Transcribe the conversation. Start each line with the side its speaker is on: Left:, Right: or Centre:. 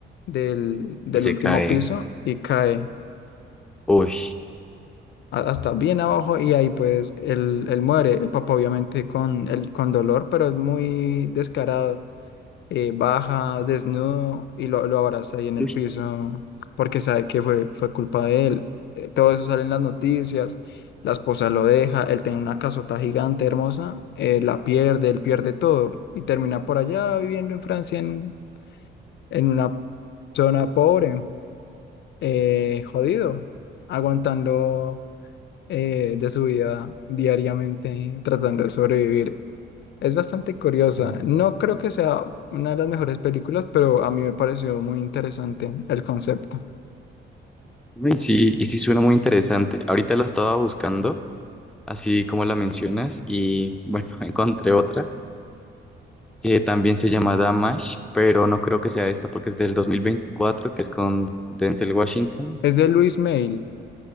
Left: del, del
Centre: Y se
Left: último
Centre: cae.
Left: piso y cae
Centre: Uy.
Left: a- hasta bien abajo y ahí pues él, él muere, el papá obviamente con, el con dolor, pero es muy descarado, eh, baja desnudo y lo, lo abraza ahí en
Centre: Uy.
Left: el piso porque sabe que fue, fue culpa de él. Eh, todo eso sale en las noticias, la esposa lo deja, él tiene una casota gigante, hermosa, eh, la pierde, él pierde todo y termina por allá viviendo en Francia en, en una zona pobre, eh, jodido, aguantando eh, de su vida diariamente tratando de sobrevivir. Es bastante curiosa.
Centre: Ah,
Left: No creo que sea una de las mejores películas, pero a mí me pareció muy interesante el concepto.
Centre: no, Y sí, y sí suena muy interesante. Ahorita la estaba buscando, así como la mencionas, y bueno, <laughs> encontré otra que también se llama Damash, pero no creo que sea esta porque es del 2024, que es con Denzel Washington.
Left: Es de Luis Mail.